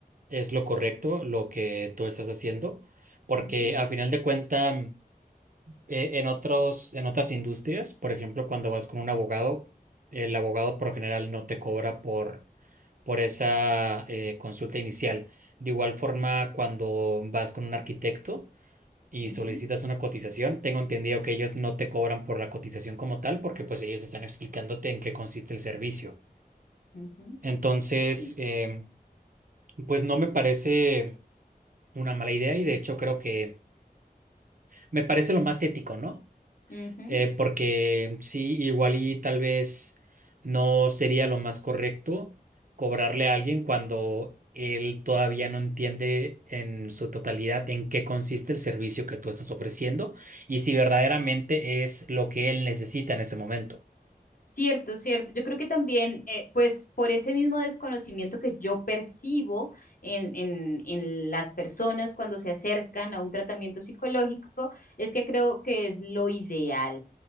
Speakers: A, on the right (about 55°); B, on the left (about 60°).
A: es lo correcto lo que tú estás haciendo, porque
B: Ujú,
A: a final de cuentas Eh, en otros, en otras industrias, por ejemplo, cuando vas con un abogado, el abogado por lo general no te cobra por, por esa eh, consulta inicial. De igual forma, cuando vas con un arquitecto y
B: ujú.
A: solicitas una cotización, tengo entendido que ellos no te cobran por la cotización como tal, porque pues ellos están explicándote en qué consiste el servicio.
B: Ujú.
A: Entonces,
B: Sí.
A: em, pues no me parece una mala idea y de hecho creo que me parece lo más ético, ¿no?
B: Ujú.
A: Eh, porque sí, igual y tal vez no sería lo más correcto cobrarle a alguien cuando él todavía no entiende en su totalidad en qué consiste el servicio que tú estás ofreciendo y si verdaderamente es lo que él necesita en ese momento.
B: Cierto, cierto. Yo creo que también, eh, pues por ese mismo desconocimiento que yo percibo en, en, en las personas cuando se acercan a un tratamiento psicológico, es que creo que es lo ideal.